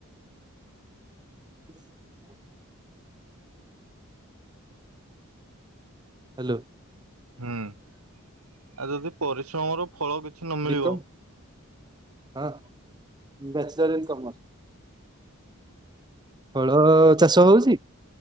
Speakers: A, on the right; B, on the right.
A: <unintelligible> ହାଲୋ।
B: ହୁଁ ଆଉ ଯଦି ପରିଶ୍ରମର ଫଳ କିଛି ନମିଳିବ
A: ବିକମ୍ ହଁ ବ୍ୟାଚଲର ଇନ୍ କମର୍ସ। ଫଳ ଚାଷ ହଉଚି?